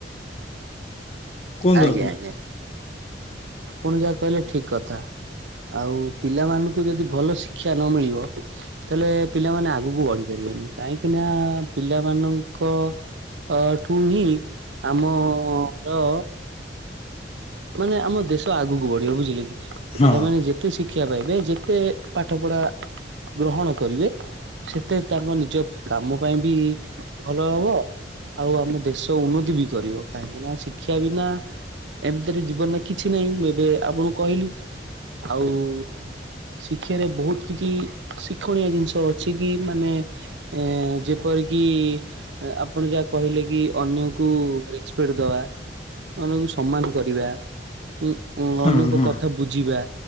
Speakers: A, on the left; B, on the right.
A: କୁହନ୍ତୁ
B: ଆଜ୍ଞା
A: ଆପଣ?
B: ଆଜ୍ଞା ଆପଣ ଯାହା କହିଲେ ଠିକ କଥା। ଆଉ ପିଲାମାନଙ୍କୁ ଯଦି ଭଲ ଶିକ୍ଷା ନ ମିଳିବ ତାହେଲେ ପିଲାମାନେ ଆଗକୁ ବଢିପାରିବେନି। କାହିଁକି ନା ପିଲାମାନଙ୍କ- ଅଠୁ ହିଁ ଆମର- ମାନେ ଆମ ଦେଶ ଆଗକୁ ବଢିବ। ବୁଝିଲେ କି।
A: ହଁ
B: ପିଲାମାନେ ଯେତେ ଶି- ଶିକ୍ଷା ପାଇବେ। ଯେତେ ପାଠପଢ଼ା- ଗ୍ରହଣ କରିବେ ସେତେ ତାଙ୍କ ନିଜ କାମ ପାଇଁ ବି ଭଲ ହବ। ଆଉ ଆମ ଦେଶ ଉନ୍ନତି ବି କରିବ କାହିଁକି ନା ଶିକ୍ଷା ବିନା ଏମତି- ରେ ଜୀବନରେ କିଛି ନାହିଁ ମୁଁ ଏବେ ଆପଣଙ୍କୁ କହିଲି ଆଉ- ଶିକ୍ଷାରେ ବହୁତ କିଛି ଶିକ୍ଷଣୀୟ ଜିନିଷ ଅଛି କି ମାନେ ଏ ଯେପରି- ଯେପରିକି ଆପଣ ଯାହା କହିଲେ କି ଅନ୍ୟକୁ ରେସପେକ୍ଟ ଦବା। ଅନ୍ୟକୁ ସମ୍ମାନ କରିବା। ଉ
A: ହଁ
B: ଅନେକ
A: ହଁ
B: କଥା ବୁଝିବା।